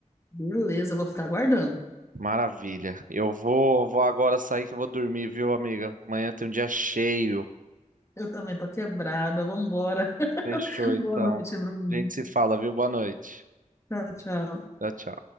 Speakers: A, on the left; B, on the right.
A: Beleza, eu vou ficar aguardando.
B: Maravilha. Eu vou, vou agora sair que eu vou dormir, viu, amiga? Amanhã tem um dia cheio.
A: Eu também tô quebrada, vambora. <laughs>
B: Fechou, então.
A: Boa noite, Bruno.
B: A gente se fala, viu? Boa noite.
A: Tchau, tchau.
B: Tchau, tchau.